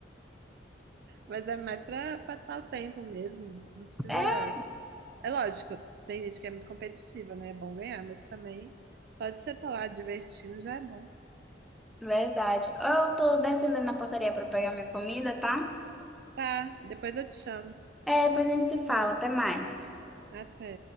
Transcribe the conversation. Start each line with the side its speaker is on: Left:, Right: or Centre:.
Right: Mas é mais pra passar o tempo mesmo. Não
Centre: <laughs>
Right: precisa
Centre: é
Right: É lógico, tem gente que é muito competitiva, né? É bom ganhar, mas também só de você estar lá divertindo já é bom.
Centre: Verdade. Eu tô descendo ali na portaria para pegar minha comida, tá?
Right: Tá, depois eu te chamo.
Centre: É, depois a gente se fala. Até mais.
Right: Até.